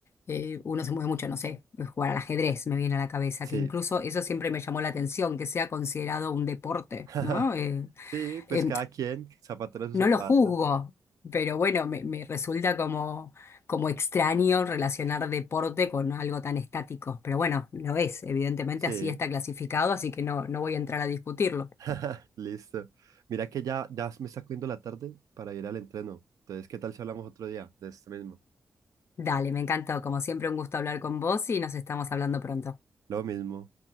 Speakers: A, on the left; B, on the right.
A: eh, uno se mueve mucho, no sé, eh, jugar al ajedrez me viene a la cabeza,
B: Sí.
A: que incluso eso siempre me llamó la atención, que sea considerado un deporte,
B: <laughs>
A: ¿no? Eh,
B: Sí, pues
A: em,
B: cada quien, zapato a su
A: no
B: zapato.
A: lo juzgo, pero bueno, me, me resulta como, como extraño relacionar deporte con algo tan estático, pero bueno, lo es, evidentemente
B: Sí,
A: así está clasificado, así que no, no voy a entrar a discutirlo.
B: <laughs> listo. Mira que ya, ya me está cogiendo la tarde para ir al entreno. Entonces, ¿qué tal si hablamos otro día de esto mismo?
A: Dale, me encantó, como siempre un gusto hablar con vos y nos estamos hablando pronto.
B: Lo mismo.